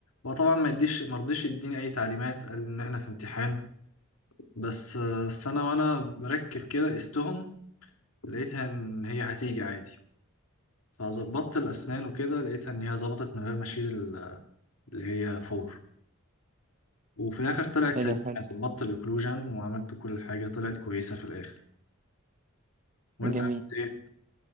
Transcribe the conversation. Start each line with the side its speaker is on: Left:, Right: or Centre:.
Left: هو طبعا ما يديش ما رضيش يديني اي تعليمات قال ان احنا في امتحان بس آه، بس انا وانا بركب كده قستهم لقيتها ان هي هتيجي عادي فظبطت الاسنان وكده لقيتها ان هي ظبطت من غير ما اشيل ال- اللي هي فور وفي الاخر طلعت
Right: حلو
Left: سليمه
Right: حلو
Left: يعني ظبطت الاوكلوجن وعملت كل حاجه طلعت كويسه في الاخر وانت
Right: جميل
Left: عملت ايه